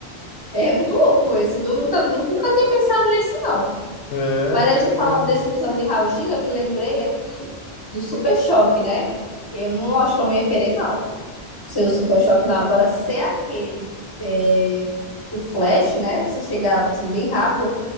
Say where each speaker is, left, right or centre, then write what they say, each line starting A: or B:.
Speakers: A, on the left; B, on the left.
A: É muito louco esse, viu? Eu Nunca, nu- nunca tinha pensado nesse, não.
B: É,
A: Mas
B: tem,
A: aí você falando
B: tem.
A: desse visão de raio-x, eu me lembrei aqui do super choque, né? Eu não acho que eu não ia querer, não. Ser o super choque, não. Agora, ser aquele, é, o flash, né? Você chegar assim, bem rápido,